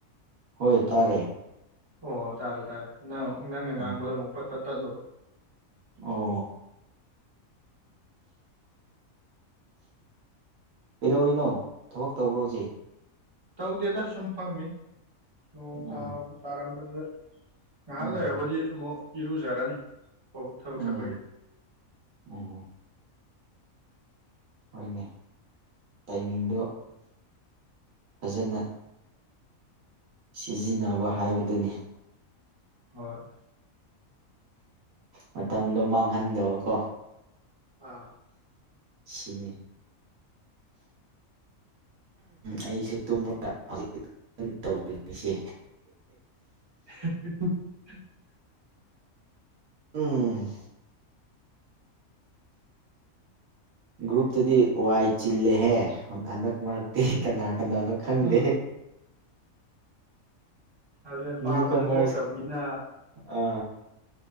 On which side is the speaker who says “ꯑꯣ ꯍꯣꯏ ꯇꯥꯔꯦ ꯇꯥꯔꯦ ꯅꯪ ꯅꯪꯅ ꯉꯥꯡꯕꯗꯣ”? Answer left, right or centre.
Right